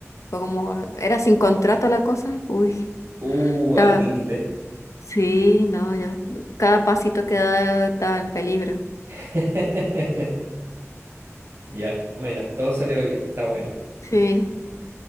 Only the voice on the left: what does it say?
Fue como, era sin contrato la cosa, uy,
estaba,
sí, no, yo, cada pasito que daba estaba en peligro.
Sí,